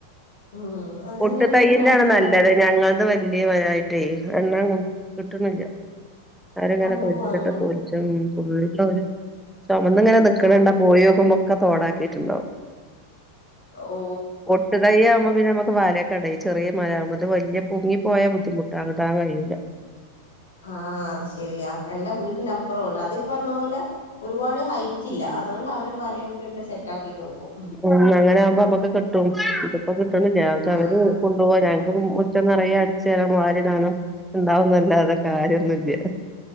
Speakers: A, on the left; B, in the centre.
A: ഉം അതെന്റെ
B: പുട്ട്
A: വീട്ടിന്റെ
B: തയ്യന്റൊണ്
A: അടുത്തുണ്ടായിരുന്നു
B: നല്ലത് ഞങ്ങളത് വലിയ മാരായിട്ടേ യിട്ട എണ് കൊ കിട്ട്ണില്ല <unintelligible>
A: ഓ
B: <unintelligible>
A: അങ്ങനെ
B: ചുമന്ന്ങ്ങനെ നിക്ക്ണണ്ട
A: ഓ
B: പോയി നോക്കുമ്പോ ഒക്കെ തോടാക്കിട്ട്ണ്ടാവും
A: ഓ
B: ഒട്ട് തൈ ആവുമ്പോ പിന്നെ നമുക്ക് വല കടയി ചെറിയ മരം ആകുമ്പോ വലിയ പൊങ്ങി പോയാ ബുദ്ധിമുട്ടാകാ <unintelligible>
A: ആ അത് ശെരിയാ എന്റെ വീ അപ്പുറം ഉണ്ട് അത് ഇപ്പറഞ്ഞപോലെ ഒരുപാട് ഹൈ റ്റില്ല അതുകൊണ്ട് അവര് വലയൊക്കെ ഇട്ട് സെറ്റ് ആാക്കിട്ട് വെക്കും
B: ഉം അങ്ങനെ ആകുമ്പോ നമ്മക്ക് കിട്ടും ഇതിപ്പോ കിട്ട്ണില്ല അക്കെ
A: ആഹ്
B: അവര് കൊണ്ടുവ <unintelligible> മുറ്റം നറയെ അടിച്ചു വാരി കളയണം ഉണ്ടാവും ന്നല്ലാതെ കാര്യം ഒന്നുല്ല